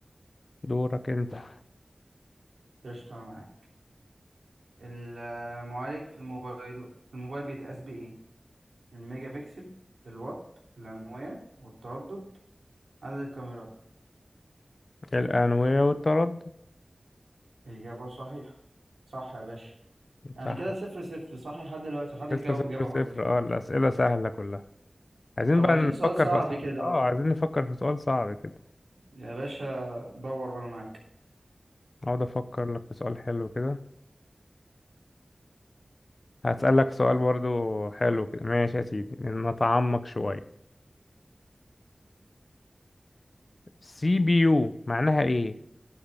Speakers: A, on the left (about 60°); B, on the right (about 85°).
A: دورك انت
B: قشطة أنا معاك المعالج في الموبايل في الموبايل بيتقاس بإيه؟ الميجا بكسل الوات الأنوية والتردد عدد الكاميرات
A: الأنوية والتردد
B: إجابة صحيحة صح يا باشا يعني
A: صح
B: كده صفر صفر صح لحد دلوقتي محدش
A: لسه
B: جاوب
A: صفر
B: إجابة غلط
A: صفر اه الأسئلة سهلة كلها عايزين
B: طب
A: بقى
B: عايزين
A: نفكر
B: سؤال صعب
A: في أسئلة
B: كده
A: اه
B: اه
A: عايزين نفكر في سؤال صعب كده
B: يا باشا دور وأنا معاك
A: اقعد افكر لك في سؤال حلو كده هسألك سؤال برضو حلو كده ماشي يا سيدي نتعمق شوية سي بي يو معناها ايه